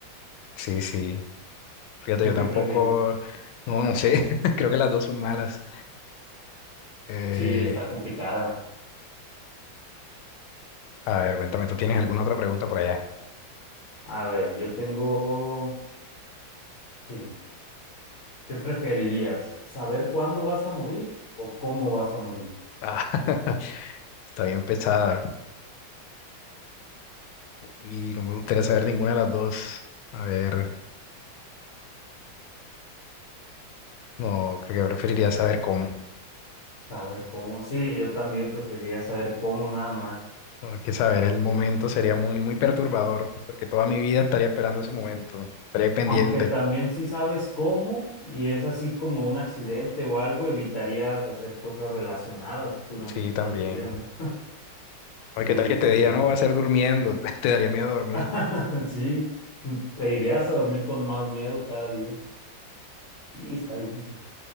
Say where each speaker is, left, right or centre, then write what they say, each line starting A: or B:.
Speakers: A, on the left; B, on the left.
A: Sí, sí. Fíjate,
B: ¿Tú
A: yo
B: qué
A: tampoco,
B: prefieres?
A: no, no sé. <laughs> Creo que las dos son malas. Eh,
B: Sí, está complicada.
A: a ver, cuéntame, ¿tú tienes alguna otra pregunta por allá?
B: A ver, yo tengo... Sí. ¿Qué preferirías? ¿Saber cuándo vas a morir o cómo vas a morir?
A: Ah, <laughs> está bien pesada y no me gustaría saber ninguna de las dos. A ver, no, creo que preferiría saber cómo.
B: Saber cómo. Sí, yo también preferiría saber cómo nada más.
A: No, es que saber el momento sería muy, muy perturbador, porque toda mi vida estaría esperando ese momento, estaría pendiente.
B: Aunque también si sabes cómo y es así como un accidente o algo, evitarías hacer cosas relacionadas durante
A: Sí,
B: toda
A: también.
B: tu vida, ¿no? Sí,
A: Oye, ¿qué
B: es
A: tal que te
B: difícil.
A: diga, no, va a ser durmiendo? <laughs> Te daría miedo dormir.
B: <laughs> Sí, te irías a dormir con más miedo cada día. Sí, está difícil.